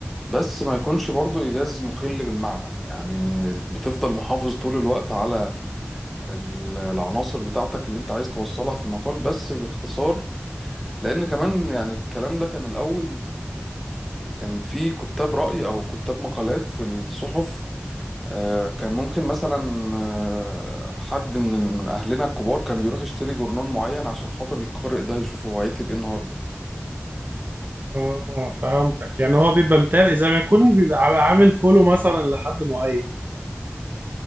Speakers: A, in the centre; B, on the right (about 45°).
A: بس ما يكونش برضو إيجاز مخل بالمعنى يعني بتفضل محافظ طول الوقت على ال- العناصر بتاعتك اللي انت عايز توصلها في المقال بس باختصار لأن كمان يعني الكلام ده كان الأول كان في كتاب رأي أو كتاب مقالات في الصحف آه، كان ممكن مثلا آه، حد من من أهلنا الكبار كان بيروح يشتري جورنال معين عشان خاطر القارئ ده يشوفه هو هيكتب إيه النهاردة
B: اه فهمتك يعني هو بيبقى متابع زي ما يكون بيبقى عامل فولو مثلا لحد معين